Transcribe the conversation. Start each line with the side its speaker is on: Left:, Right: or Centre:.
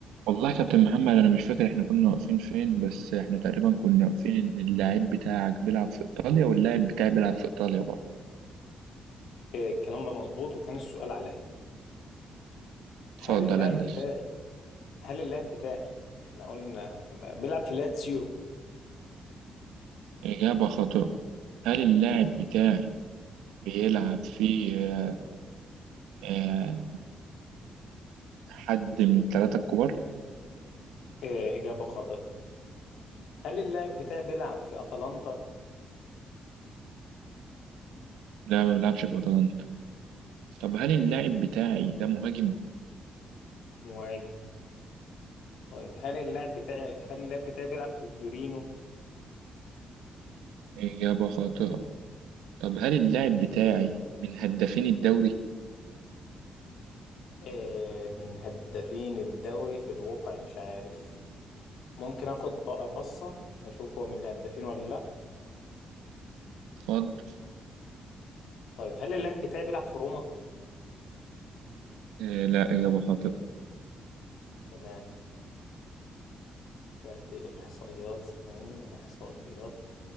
Right: والله يا كابتن محمد انا مش فاكر احنا كنا واقفين فين بس احنا تقريبا كنا واقفين ان اللاعب بتاعك بيلعب في ايطاليا واللاعب بتاعي بيلعب في ايطاليا برضه
Left: إيه، الكلام ده مظبوط وكان السؤال عليا
Right: اتفضل
Left: هل اللاعب
Right: هندسة
Left: بتاعي هل اللاعب بتاعي احنا قلنا بيلعب في لاتسيو
Right: اجابة خاطئة هل اللاعب بتاعي بيلعب في آه، آه، حد من الثلاثة الكبار
Left: إيه، إجابة خاطئة هل اللاعب بتاعي بيلعب في أتلانتا
Right: لا ما بيلعبش في اتلانتا طب هل اللاعب بتاعي ده مهاجم
Left: مهاجم طيب هل اللاعب بتاعي هل اللاعب بتاعي بيلعب في تورينو
Right: اجابة خاطئة طب هل اللاعب بتاعي من هدافين الدوري
Left: إيه، من هدافين الدوري في الواقع مش عارف ممكن اخد بق- بصة اشوف هو من الهدافين ولا لا
Right: اتفضل
Left: طيب هل اللاعب بتاعي بيلعب في روما
Right: آه، لا اجابة خاطئة
Left: تمام ترتيب الإحصائيات ثواني إحصائيات